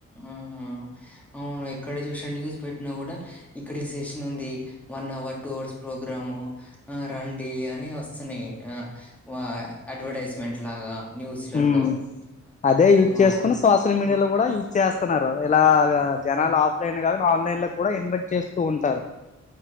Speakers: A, in the centre; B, on the left.
A: ఆ అవును ఎక్కడ చూసా న్యూస్ పెట్టినా కూడా ఇక్కడ ఈ సెషన్ ఉంది one hour two hours program ఆ రండి అన్ని వస్తున్నాయి ఆ అడ్వర్టైజ్మెంట్ లాగా న్యూస్లలో
B: ఉం అదే
A: ఓహో
B: యూజ్ చేసుకుని సోషల్ మీడియాలో
A: ఇది
B: కూడా యూజ్ చేస్త స్తున్నారు ఇలాగా జనాలు
A: హ్మ్.
B: ఆఫ్లైన్ కాకుండా ఆన్లైన్ లో కూడా ఇన్వైట్ చేస్తూ ఉంటారు